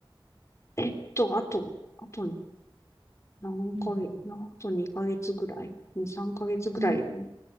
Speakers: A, on the left; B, on the right.
A: えっと、あと、あと何ヶ月、
B: うんうん
A: なあと2ヶ月ぐらい ?2、3ヶ月ぐらい
B: うん。